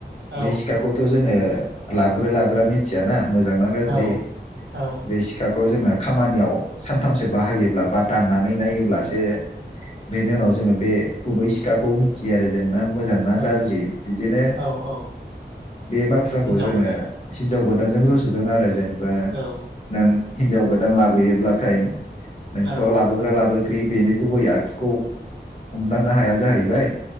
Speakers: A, on the left (about 40°); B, on the right (about 80°).
A: बे
B: औ
A: सिखाखौथ' जोङो लाबग्रो लाबग्रा मिथियाना मोजांना गाज्रि
B: औ औ
A: बे सिखाखौ जोङो खामानियाव सानथामसो बाहायोब्ला बा दाननानै नायोब्लासो बेनि उनाव जोङो बे गुबै सिखाखौ मिथियो आरो जों मोजां ना
B: औ
A: गाज्रि बिदिनो
B: औ औ
A: बे बाथ्राखौ
B: हिनजाव
A: जोङो
B: गोदान
A: हिनजाव गोदान <unintelligible> बा
B: औ
A: नों हिनजाव गोदान लाबोयोब्ला थाय। नोंथ'
B: औ
A: लाबोग्रा लाबोग्रि बेनि गुबै आखुखौ हमदांनो हाया जाहैबाय।